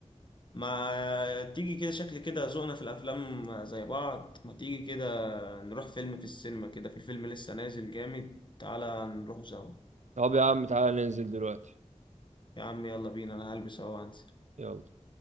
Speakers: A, on the left; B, on the right.
A: ما تيجي كده شكل كده ذوقنا في الافلام زي بعض ما تيجي كده نروح فيلم في السينما كده في فيلم لسه نازل جامد تعالى نروح سوا
B: طب يا عم تعالى ننزل دلوقتي
A: يا عم يلا بينا انا هلبس اهو وانزل
B: يلا